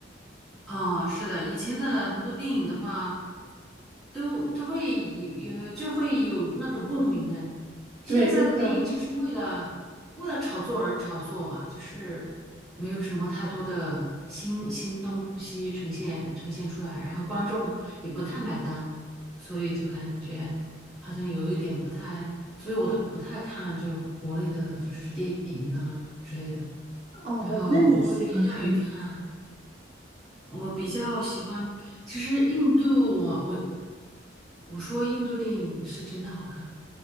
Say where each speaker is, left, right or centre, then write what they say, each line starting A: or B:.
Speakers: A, in the centre; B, on the right.
A: 啊，是的，以前的很多电影的话，都都会有有就会有那种共鸣哎。现在的电影就是为了为了炒作而炒作吧，
B: 对，就是比较
A: 就是没有什么太多的新新东西呈现呈现出来，然后观众也不太买单，所以就感觉好像有一点不太，所以我都不太看就国内的就是电影啊之类的，
B: 哦。
A: 然后我会偏向于看。
B: 那你喜欢看？
A: 我比较喜欢，其实印度我，我我说印度电影是真的好看，